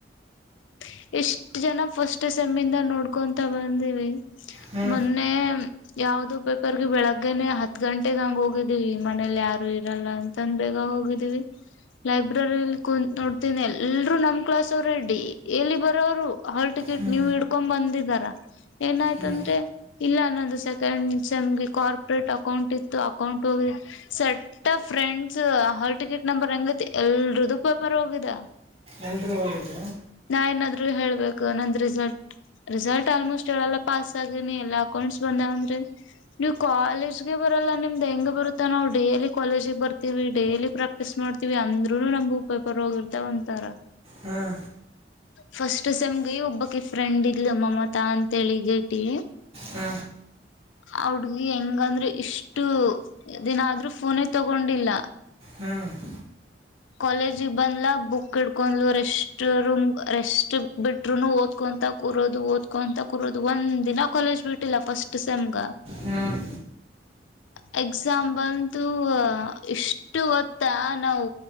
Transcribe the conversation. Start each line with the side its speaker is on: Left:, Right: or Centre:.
Left: ಹ ಎಷ್ಟ್ ಜನ ಫಸ್ಟ್ ಸೆಮ್ಮಿಂದ ನೋಡ್ಕೊಂತ ಬಂದವಿ
Right: ಹ್ಞೂ
Left: ಮೊನ್ನೆ ಯಾವ್ದದು ಪೇಪರ್ಗೆ ಬೆಳಗ್ಗೆೇನೆ ಹತ್ ಗಂಟೆಗೆ ಹಂಗ ಹೋಗಿದ್ದೀವಿ ಮನೇಲಿ ಯಾರು ಇರಲ್ಲ ಅಂತಂದ ಬೇಗ ಹೋಗ ಹವಿ ಲೈಬ್ರರಿಲ್ಲಿ ಕುತ್ ನೋಡ್ತೀನಿ ಎಲ್ರೂ ನಮ್ ಕ್ಲಾಸ್ ರೆಡಿ ಎಲ್ಲಿ ಬರೋರು ಹಾಲ್ ಟಿಕೆಟ್
Right: ಹ್ಞೂ
Left: ನೀವು್ ಇಡ್ಕೊಂಡ್ ಬಂದಿದಾರ ಏನಾಯ್ತ
Right: ಹ್ಞೂ
Left: ಅಂದ್ರೆ ಇಲ್ಲ ಅ ಒಂದು ಸೆಕೆಂಡ್ ಸೆಮ್ಗೆ ಕಾರ್ಪೋರೇಟ್ ಅಕೌಂಟ್ ಇತ್ತು ಅಕೌಂಟ್ ಹೋಗ ಸಟ್ಟ ಫ್ರೆಂಡ್ಸ್ ಹಾಲ್ ಟಿಕೆಟ್ ನಂಬರ್ ಹೆಂಗತಿ ಎಲ್ರದು ಪೇಪರ್ ಹೋಗಿದ
Right: ಎಲ್ರೂ ಹೋಗಿದ್ದ
Left: ನಾ ಏನಾದ್ರು ಹೇಳ್ಬೇಕು ನಂದ್ ರಿಸಲ್ಟ್ ರಿಸಲ್ಟ್ ಆಲ್ಮೋಸ್ಟ್ ಏಲ್ಲ ಪಾಸ್ ಆಗನಿ ಎಲ್ಲಾ ಅಕೌಂಟ್ಸ್ ಬಂದ ಅಂದ್ರಿ ನೀವ್ ಕಾಲೇಜ್ಗೆ ಬರಲ್ಲ ನಿಮ್ದ್ ಹೆಂಗ ಬರುತ್ತ ನಾವು ಡೇಲಿ ಕಾಲೇಜಿಗೆ ಬರ್ತವಿ ಇವಿ ಡೇಲಿ ಪ್ರಾಕ್ಟೀಸ್ ಮಾಡ್ತೀವಿ ಅಂದ್ರುನು ನಮು ಉ ಪೇಪರ್ ಹೋಗಿರ್ತಾವ ಒಂತಾರ
Right: ಹ್ಮ್
Left: ಫಸ್ಟ್ ಸೆಮ್ಗೆ ಒಬ್ಬಕ್ ಫ್ರೆಂಡ್ ಇಲ್ಮ್ಮಮ್ಮತ ಅಂತ ಹೇಳಿಗಟಿ
Right: ಹ್ಮ
Left: ಅವಡ್ಗಿ ಹೆಂಗಂದ್ರೆ ಇಷ್ಟು ದಿನ ಆದ್ರೂ ಫೋನೇ ತಗೊಂಡಿಲ್ಲ
Right: ಹ್ಞೂ
Left: ಕಾಲೇಜಗ್ ಬಂದ್ಲ ಬುಕ್ ಇಡ್ಕೊಂಡ್ಲು ರೆಸ್ಟ್ ರೂಮ್ ರೆಸ್ಟ್ ಬಿಟ್ರುನು ಓದ್ಕೊಂಡ್ ಂತ ಕೂರೋದು ಓದ್ಕೊಂತ ಕೂರೋದು ಒಂದ್ ದಿನ ಕಾಲೇಜ್ ಬಿಟ್ಟಿಲ್ಲ ಫಸ್ಟ್ ಸೆಮ್ಗ <inaudible>
Right: ಹ್ಞೂ
Left: <unintelligible> ಎಕ್ಸಾಂಪಲ್ಂತು ಇಷ್ಟು ಹೊತ್ತ ನಾವು